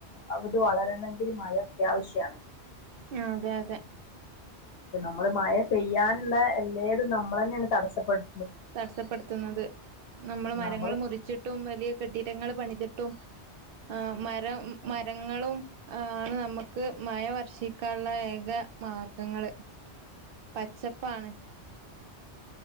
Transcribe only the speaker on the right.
ആഹ് അതെ അതെ
തടസ്സപ്പെടുത്തുന്നത് നമ്മള് മരങ്ങള്
മുറിച്ചി ട്ടും വലിയ കെട്ടിരങ്ങൾ പണിതിട്ടും ആഹ് മര മരങ്ങളും ആഹ് ആണ് നമ്മുക്ക് മഴ വർഷിക്കാനുള്ള ഏക മാർഗങ്ങള് പച്ചപ്പാണ്